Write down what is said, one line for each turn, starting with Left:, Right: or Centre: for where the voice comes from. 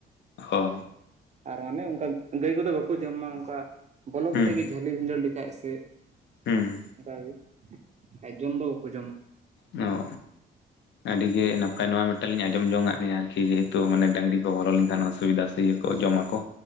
Right: ᱾
Left: ᱚ
Right: ᱟᱨ ᱦᱟᱱᱮ ᱚᱱᱠᱟ ᱜᱟᱹᱭ ᱠᱚᱫᱚ ᱵᱟᱠᱚ ᱡᱚᱢᱟ ᱚᱱᱠᱟ ᱵᱚᱞᱚ
Left: ᱦᱩᱸ
Right: ᱠᱟᱛᱮᱫ ᱜᱮ ᱡᱷᱟᱹᱞᱤ ᱵᱷᱤᱸᱫᱷᱟᱹᱲ ᱞᱮᱠᱷᱟᱡ ᱥᱮ
Left: ᱦᱩᱸ ᱾
Right: ᱚᱱᱠᱟᱜᱮ ᱠᱷᱟᱡ ᱡᱚᱢ ᱫᱚ ᱵᱟᱠᱚ ᱡᱚᱢᱟ ᱾
Left: ᱚ ᱾ ᱟᱹᱰᱤ ᱜᱮ ᱱᱟᱯᱟᱭ ᱱᱚᱣᱟ ᱢᱤᱫᱴᱟᱝ ᱞᱤᱧ ᱟᱸᱡᱚᱢ ᱡᱚᱝ ᱟᱜ ᱱᱤᱜᱼᱟ ᱟᱨᱠᱤ ᱡᱮᱦᱮᱛᱩ ᱢᱟᱱᱮ ᱰᱟᱝᱨᱤ ᱠᱚ ᱵᱚᱞᱚ ᱞᱮᱱᱠᱷᱟᱱ ᱚᱥᱩᱵᱤᱫᱷᱟ ᱥᱮ ᱤᱭᱟᱹ ᱠᱚ ᱡᱚᱢᱟ ᱠᱚ